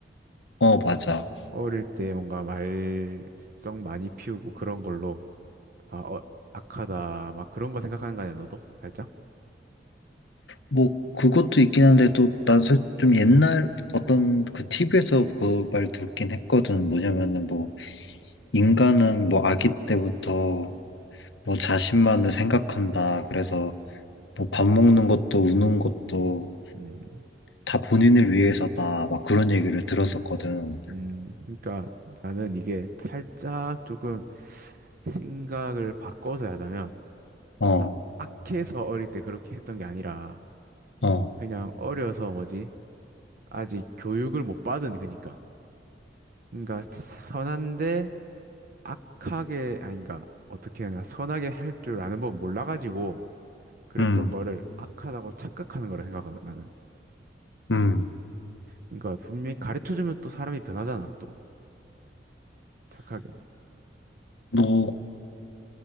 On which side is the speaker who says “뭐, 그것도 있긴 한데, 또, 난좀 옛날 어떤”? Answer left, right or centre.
Left